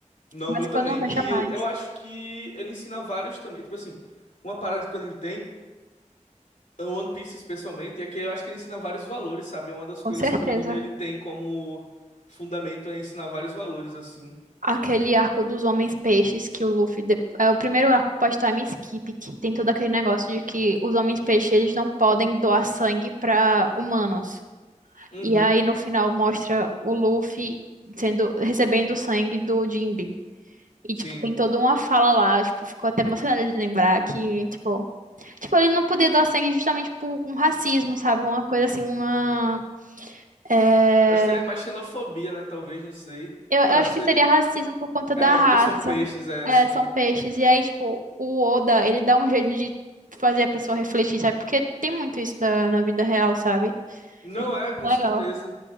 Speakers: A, on the left; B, on the right.
A: Não,
B: Mas
A: o meu também.
B: que eu não vejo
A: E
B: mais,
A: eu acho que ele ensina vários também. Tipo assim, uma parada que o anime tem, é o One Piece especialmente, é que eu acho que ele ensina vários valores, sabe? É uma das
B: com
A: coisas
B: certeza.
A: que o anime ele tem como fundamento é ensinar vários valores, assim.
B: Aquele arco dos homens peixes que o Luffy. de- É o primeiro arco pós-time skip, que tem todo aquele negócio de que os homens peixes eles não podem doar sangue para humanos.
A: Uhum.
B: E aí no final mostra o Luffy sendo recebendo o sangue do Jinbe. E,
A: Sim.
B: tipo, tem toda uma fala lá, tipo, ficou até emocionada de lembrar que, tipo, Tipo, ele não poder doar sangue justamente por um racismo, sabe? Uma coisa assim, uma. É...
A: Acho que seria mais xenofobia, né? Talvez, não sei.
B: Eu, eu
A: Não, acho
B: acho
A: que
B: que
A: seria.
B: seria racismo por conta
A: É,
B: da raça.
A: porque são peixes, é
B: É,
A: assim.
B: são peixes. E aí, tipo, o Oda, ele dá um jeito de fazer a pessoa refletir, sabe? Porque tem muito isso na, na vida real, sabe?
A: Não
B: Eu acho isso
A: é, com
B: Legal.
A: certeza.